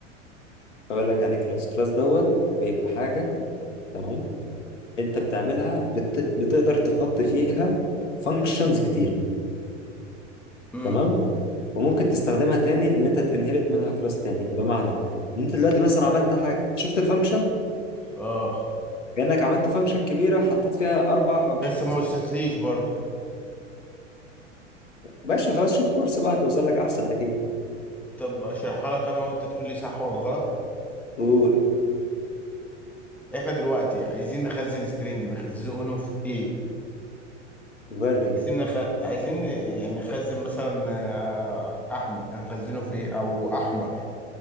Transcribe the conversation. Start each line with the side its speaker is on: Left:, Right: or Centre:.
Left: اقول لك يعني كلاس كلاس دوت بيبقى حاجه تمام انت بتعملها بت... بتقدر تحط فيها فانكشنز كتيره
Centre: امم
Left: تمام وممكن تستخدمها تاني اللي انت تنهرت منها كلاس تاني بمعنى ان انت دلوقتي مثلا عملت حاجه شفت الفانكشن
Centre: اه
Left: كانك عملت فانكشن كبيره حطيت فيها اربع فانكشنز
Centre: بس ما وصلتليش برضو
Left: باشا خلاص شوف كورس بقى هتوصل لك احسن اكيد
Centre: طب اشرحها لك انا وانت تقول لي صح ولا غلط
Left: قول
Centre: احنا دلوقتي عايزين نخزن سترينج بنخزنه في ايه
Left: فاريبل
Centre: عايزين نخ... عايزين يعني نخزن مثلا آه، احمد هنخزنه في ايه او احمر